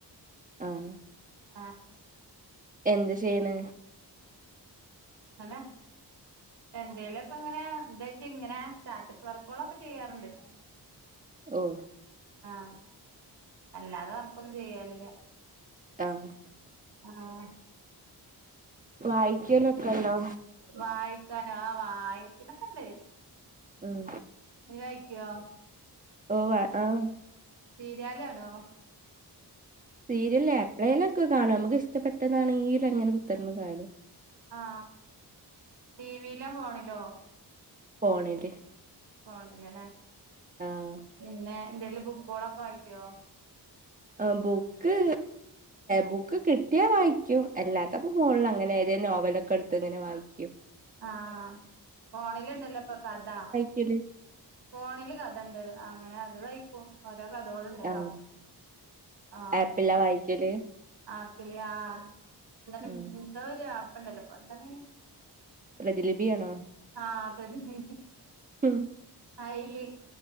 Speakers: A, on the right (about 20°); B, on the right (about 75°).
A: ആഹ്
B: ആഹ്
A: എന്ത് ചെയ്യണ്
B: ഇങ്ങനെ എന്തേലൊക്കെ ഇങ്ങനെ ഇതായിട്ട് ഇങ്ങനെ സ്റ്റാറ്റസ് വർക്ക് ഓളൊക്കെ ചെയ്യാറുണ്ട്
A: ഓഹ്
B: ആഹ് അല്ലാതെ വർക്കൊന്നും ചെയ്യാറില്ല
A: ആഹ്
B: ആഹ്
A: വായിക്കലൊക്കെണ്ടോ
B: വായിക്കാനോ ആഹ് വായിക്കലൊക്കെണ്ട്
A: ഉം
B: നീ വായിക്കോ
A: ഒവ്വ് ആഹ്
B: സീര്യാലാണോ
A: സീരിയൽ എപ്പഴേലൊക്കെ കാണും മുക്ക് ഇഷ്ടപ്പെട്ടതാണെങ്കി അങ്ങനെ കുത്തിറിന്ന് കാണും
B: ആ ടി വിയിലോ ഫോണിലോ
A: ഫോണില്
B: ഫോണിലലേ
A: ആഹ്
B: പിന്നെ എന്തേലും ബുക്കോളൊക്ക വായിക്കോ
A: ആഹ് ബുക്ക് ബുക്ക് കിട്ടിയാ വായിക്കും എല്ലാത്തപ്പൊ ഫോണില അങ്ങനെ ഏതോ നോവലൊക്ക ഇട്ത്ത് ഇങ്ങനെ വായിക്കും
B: ആഹ് ഫോണില് ഇണ്ടല്ലൊ ഇപ്പൊ കഥ
A: കിർല്
B: ഫോണില് കഥ ഇണ്ട് അങ്ങനെ അത് വായിക്കും ഓരോ കഥോളണ്ടല്ലൊ
A: ആഹ്
B: ആഹ്
A: ആപ്പിലാ വായിക്കല്
B: ആപ്പില് ആഹ് എന്താ
A: ഉം
B: എന്തോര് ആപ്പ് ഇണ്ടലൊ ഇപ്പൊ എന്തണ്
A: പ്രതിലിബിയാണൊ
B: ആഹ് പ്രതിലിബി
A: ഉം
B: അയ്ല്